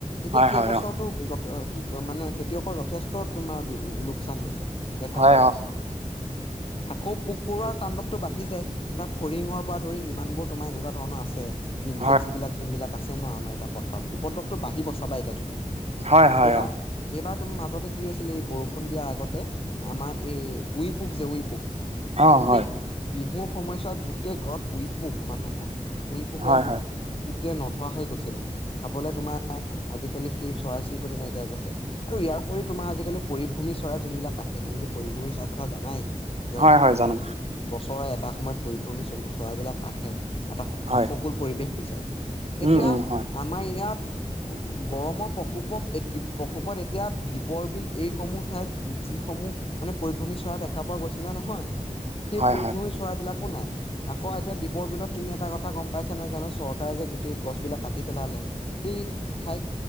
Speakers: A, on the left; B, on the right.
A: এতিয়া
B: হয়,
A: সেই
B: হয়,
A: বছৰৰতো
B: অ',
A: মানে খেতিয়কৰ যথেষ্ট তোমাৰ লোকচান হৈছে। দেখা
B: হয়,
A: পোৱা গৈছে।
B: অ'।
A: আকৌ পোক-পৰুৱাৰ তাণ্ডৱটো বাঢ়ি যায়। এটা ফৰিঙৰ পৰা ধৰি যিমান বোৰ তোমাৰ এনেকুৱা ধৰণৰ আছে ইনচেক্স
B: হয়,
A: বিলাক যোন বিলাক আছে ন আমাৰ এতিয়া পথাৰত উপদ্ৰৱটো বাহিব চাবা এতিয়া তুমি।
B: হয় হয়।
A: এইবাৰ এইবাৰ তোমাৰ মাজতে কি হৈছিলে এই বৰষুণ দিয়াৰ আগতে, আমাৰ এই উই পুক যে উই পুক
B: অ',
A: গোটেই
B: হয়,
A: বিহুৰ সময়ছোৱাত গোটেই ঘৰত উৰিপুক মানুহৰ। উই পুকে
B: হয়,
A: গ
B: হয়,
A: গোটেই নধৰা হৈ গৈছিলে, খাবলৈ তোমাৰ আজিকালি সি চৰাই চিৰিকটি নাইকিয়া গৈছে। আৰু ইয়াৰ উপৰি তোমাৰ আজিকালি পৰিভূমি চৰাই যোনবিলাক আহে তুমিতো পৰিভূমি চৰাই কথা জানাই। যে
B: হয়, হয়, জানো
A: বছৰে এটা সময়ত পৰিভ্ৰমী চৰাইবলাক আহে। এটা
B: হয়,
A: উপকুল পৰিৱেশ বিচাৰি, এতিয়া
B: উম, উম, হয়,
A: আমাৰ ইয়াত গৰমৰ প্ৰকোপ এইট- এ প্ৰকোপত এতিয়া দ্বীপৰ বিল এইসমূহ ঠাইত যিসমূহ মানে পৰিভ্ৰমি চৰা দেখা পোৱা গৈছিলে ন নয়। সেই
B: হয়,
A: পৰিভ্ৰমি
B: হয়,
A: চৰাইবাক একো নাই। আকৌ এতিয়া দ্বীপৰ বিলত তুমি এটা কথা গম পাইছা নাই জানো, চৰকাৰে যে গোটেই গছ বিলাক কাটি পেলালে। সেই ঠাইত